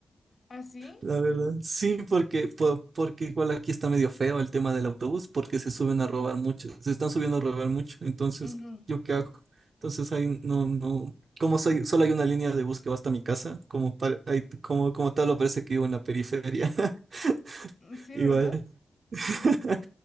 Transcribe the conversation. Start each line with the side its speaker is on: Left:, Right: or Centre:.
Left: ¿Ah, sí?
Right: La verdad. Sí, porque, po- porque igual aquí está medio feo el tema del autobús, porque se suben a robar mucho, se están subiendo a robar mucho. Entonces,
Left: Ujú,
Right: ¿yo qué hago? Entonces ahí no, no. Como soy, solo hay una línea de bus que va hasta mi casa, como, par- ahí- como, como tal, lo parece que vivo en la periferia. <laughs>
Left: ujú. Sí,
Right: Igual.
Left: ¿verdad?
Right: <laughs>